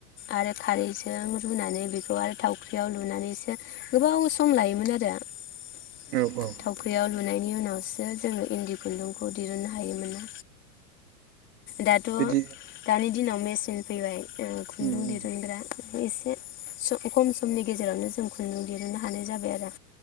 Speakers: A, on the left; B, on the right.
A: आरो खारैजों रुनानै बेखौ आरो थावख्रियाव लुनानैसो गोबाव सम लायोमोन आरो <unintelligible> थावख्रियाव
B: औ औ
A: लुनायनि उनाव उनावसो जोङो इन्दि खुन्दुंखौ दिरुन्नो हायोमोन ना? दाथ'
B: बिदि
A: दानि दिनाव मेचिन फैबाय ओं खुन्दुं
B: उम उम
A: <unintelligible> एसे स खम समनि गेजेरावनो जों खुन्दुं दिहुननो हानाय जाबाय आरो